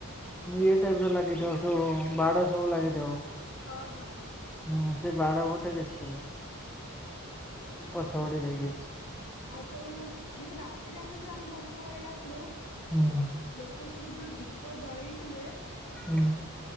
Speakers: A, in the centre; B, on the left.
A: ଇଏ ଟାଇପ ର ଲାଗିଥିବ ସବୁ ବାଡ ସବୁ ଲାଗିଥିବ।
B: ହଁ ହଁ।
A: ହୁଁ ସେ ବାଡ ପଟେ ଦେଖିଥିଲୁ ପଛ ପଟେ ଯାଇକି।
B: ଆଉ ତଉ ଯେହେତୁ ରାତିରେ ଆମେ ଯୋଉ ଆମେ ଦର୍ଶନ କରିକି ଆସିଲୁ
A: ହୁଁ
B: ଲୋକ ସବୁ ଯୋଉ ଦୀପ ଜଳେଇଥିଲେ
A: ହୁଁ।